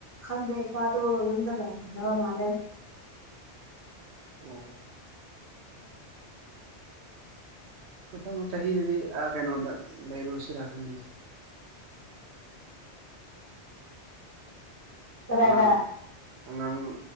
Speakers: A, on the left; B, on the right.
A: ꯈꯪꯗꯦ ꯏꯄꯥꯗꯣ ꯌꯨꯝꯗ ꯂꯩꯍꯟꯅꯤꯡꯗꯕ ꯃꯥꯜꯂꯦ
B: ꯑꯣ ꯃꯊꯪ ꯆꯍꯤꯗꯗꯤ ꯑ ꯀꯩꯅꯣꯗ ꯂꯩꯔꯨꯁꯤꯔꯥ ꯈꯟꯕꯅꯦ
A: ꯀꯗꯥꯏꯗ
B: ꯑꯉꯥꯡ ꯑꯉꯥꯡ